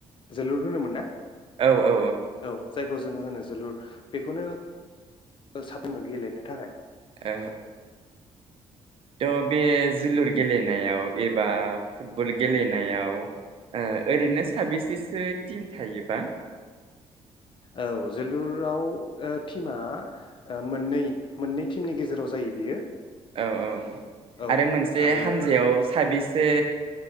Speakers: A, on the left (about 45°); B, on the right (about 50°).
A: जोलुर होनोमोन ना
B: औ औ
A: औ जायखौ जोङो होनो जोलुर बेखौनो साफुङो गेलेनो थाखाय
B: औ थ' बे जोलुर गेलेनायाव एबा फुटबल गेलेनायाव ओरैनो साबेसेसो टिम थायोबा?
A: औ जोलुराव ओ टिमा ओ मोननै मोननै टिमनि गेजेराव जायो बियो।
B: औ औ
A: औ
B: आरो मोनसे
A: आरो
B: हानजायाव साबेस से